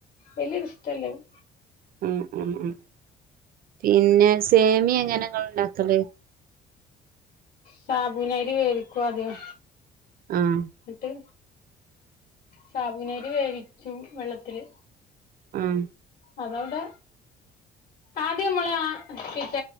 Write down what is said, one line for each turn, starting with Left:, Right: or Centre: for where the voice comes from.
Left: വല്യൊരു ഇഷ്ടല്ലത്
Right: ഉം ഉം ഉം പിന്നെ സേമിയ എങ്ങനെയാ നിങ്ങൾ ഇണ്ടാക്കല്
Left: സാബുനരി വേവിക്കും അദ്യം
Right: ആഹ്
Left: എന്നിട്ട് സാബുനരി വേവിച്ചും വെള്ളത്തില്
Right: ഉം
Left: അതവിടെ ആദ്യം നമ്മൾ ആ ച